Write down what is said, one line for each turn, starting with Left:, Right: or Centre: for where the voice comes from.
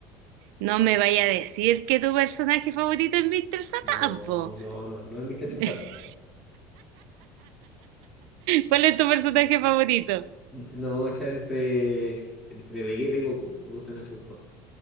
Right: No me vaya a decir que tu personaje favorito es Mr. Satan,
Centre: No,
Right: po.
Centre: no, no, no es Mr.
Right: <laughs>
Centre: Satan.
Right: ¿Cuál es tu personaje favorito?
Centre: N- No, está entre, entre Vegeta y Goku. Me gustan esos dos.